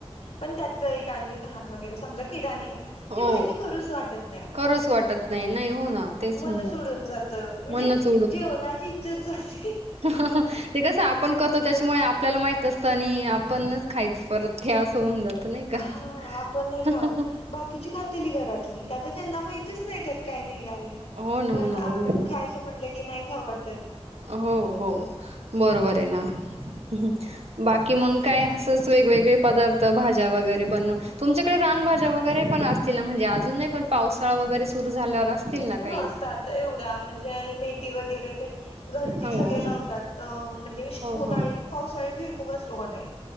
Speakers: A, on the left; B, on the right.
A: पण त्यात एखादी घाण वगैरे समजा किडा आणि
B: हो
A: ती भाजी करूच वाटत नाही
B: करूच
A: मग
B: वाटत नाही नाही हो ना तेच
A: मनच
B: होऊन जातं
A: उडून जात. त म्हणजे
B: मनच
A: जेवणाची इच्छा झाली.
B: ह. <unintelligible> ते कसं आपण करतो त्याच्यामुळे आपल्याला माहित असतं आणि आपणच खायचं परत हे असं होऊन जात. ते नाही का
A: हा
B: हां
A: आपण नाही खात
B: हां!
A: बाकीची खातेली घरातली का तर त्यांना माहितच नाही त्यात काय निघालय.
B: हो ना
A: पण
B: हो ना
A: आपण
B: बरोबर आहे.
A: खायचं म्हटलं की नाही खाऊ वाटत.
B: हो हो बरोबर आहे ना हं! बाकी मग काय असंच वेगवेगळे पदार्थ भाज्या वगैरे बनवून तुमच्याकडे रानभाज्या वगैरे पण अस. तिला म्हणजे अजून नाही पण पावसाळा वगैरे सुरु झाल्यावर असतील. ना काही?
A: नसतात एवढ्या म्हणजे मेथी वगैरे ते. घरटी
B: हो
A: सगळे
B: हो
A: लावतात अं म्हणजे उन्हाळी
B: हो हो.
A: पावसाळी भुईमूग असतो की नाही.